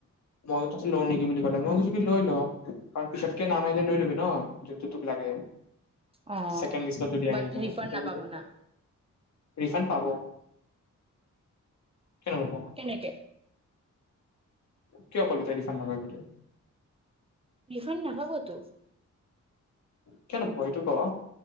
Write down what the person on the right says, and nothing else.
অ
বাট
ৰিফাণ্ড
নাপাব
না
কেনেকে
ৰিফাণ্ড নাপাবতো